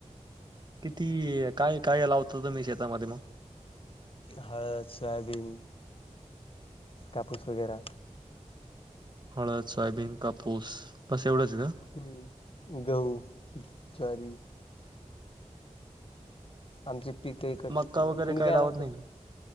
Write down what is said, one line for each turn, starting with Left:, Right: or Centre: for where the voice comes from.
Right: किती काय काय लावता तुम्ही शेतामध्ये मग?
Left: हळद, सोयाबीन, कापूस वगैरा
Right: हळद, सोयाबीन, कापूस बस. एवढंच का?
Left: हम्म गहू ज्वारी. आमची पीकही इकडचे
Right: मक्का
Left: समजा
Right: वगैरे
Left: तुम्ही
Right: काही
Left: काय
Right: लावत
Left: लावता?
Right: नाही का?